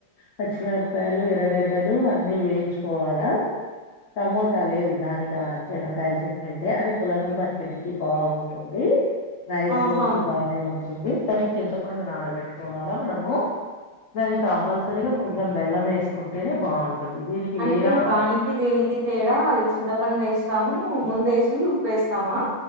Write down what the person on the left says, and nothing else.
పచ్చిమిరపకాయలు ఎర్రగడ్డలు అన్ని వేయించుకోవాలా టమోటా లేదు దానికి ఆ చనకాయల చట్ని అంటే అది బులగం పచ్చడికి బాగుంటుంది రైస్
లోకి బానే ఉంటుంది కానీ చింతపండు నానబెట్టుకోవాలా మనము దానికి కంపల్సరీగా కొంచెం బెల్లం వేసుకుంటేనే బాగుంటుంది దీనికి
వేయినా